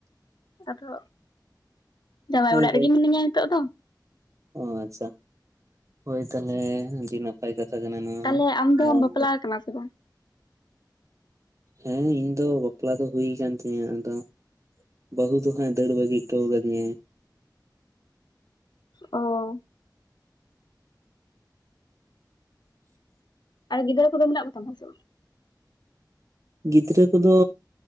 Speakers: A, on the left (about 70°); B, on the right (about 45°).
A: ᱟᱫᱚ ᱡᱟᱶᱟᱭ
B: ᱦᱳᱭ
A: ᱚᱲᱟᱜ ᱨᱤᱜᱤ
B: ᱦᱳᱭ
A: ᱢᱤᱱᱟᱹᱧᱟ ᱱᱤᱛᱚᱜ ᱫᱚ
B: ᱚ ᱟᱪᱪᱷᱟ ᱦᱳᱭ ᱛᱟᱦᱚᱞᱮ ᱟᱹᱰᱤ ᱱᱟᱯ ᱯᱟᱭ ᱠᱟᱛᱷᱟ ᱠᱟᱱᱟ ᱱᱚᱣᱟ
A: ᱛᱟᱦᱚᱞᱮ ᱟᱢ ᱫᱚᱢ
B: ᱦᱚᱸ
A: ᱵᱟᱯᱞᱟᱣ ᱠᱟᱱᱟ ᱥᱮ ᱵᱟᱝ
B: ᱦᱮᱸ ᱤᱧ ᱫᱚ ᱵᱟᱯᱞᱟ ᱫᱚ ᱦᱩᱭ ᱠᱟᱱ ᱛᱤᱧᱟᱹ ᱟᱫᱚ ᱵᱟᱹᱦᱩ ᱫᱚ ᱦᱟᱸᱜ ᱫᱟᱹᱲ ᱵᱟᱜᱤ ᱴᱚ ᱠᱟᱹᱫᱤᱧᱟᱭ
A: ᱚ ᱟᱨ ᱜᱤᱫᱽᱨᱟᱹ ᱠᱚᱫᱚ ᱢᱮᱱᱟᱜ ᱠᱚᱛᱟᱢᱟ ᱥᱮ ᱵᱟᱝ
B: ᱜᱤᱫᱽᱨᱟᱹ ᱠᱚᱫᱚ